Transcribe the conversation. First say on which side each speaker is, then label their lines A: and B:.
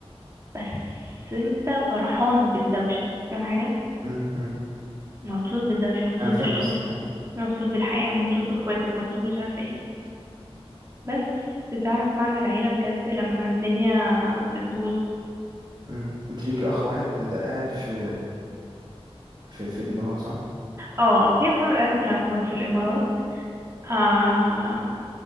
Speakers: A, on the right; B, on the right.
A: بس انت فرحان بالدوشة فاهم حاجة
B: امم امم
A: مبسوط بالدوشة مبسوط
B: انا فاهم
A: بالشغل
B: بس
A: مبسوط بالحياة مبسوط باخواتك مبسوط مش عارفة ايه بس بتعرف معنى العيلة بجد لما الدنيا بتبوظ
B: امم انت ليكي اخ واحد ده ده قاعد في في في الامارات صح
A: اه اخويا محمد قاعد في الإم- في الامارات آه